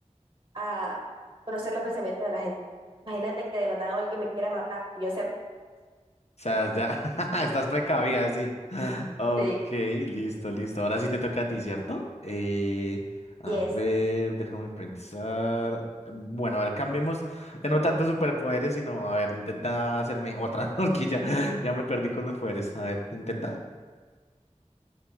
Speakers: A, on the right; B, on the left.
A: a conocer los pensamientos de la gente. Imagínate que de la nada alguien me quiera matar y yo sepa.
B: O sea, ya <laughs> estás precavida, sí. <laughs> Ok,
A: Sí,
B: listo, listo. Ahora sí te toca a ti, ¿cierto? Eh, a
A: yes.
B: ver, déjame pensar. Bueno, a ver, cambiemos de no tanto superpoderes, sino, a ver, intenta hacerme otra, <laughs> porque ya, ya me perdí con los poderes. A ver, intenta.